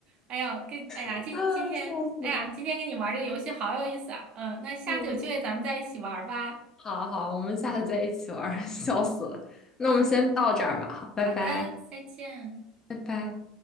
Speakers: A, on the right (about 50°); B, on the left (about 25°).
A: 哎呀，跟哎呀，
B: <laughs>
A: 今今天，
B: 啊，笑死了。
A: 哎呀，今天跟你玩这个游戏好有意思啊。嗯，那下次有机会咱们再一起玩吧。
B: 嗯，好好，我们下次再一起玩儿 <laughs> 笑死了。那我们先到这儿吧，
A: 嗯，
B: 好，拜拜，
A: 好的，再见。
B: 拜拜。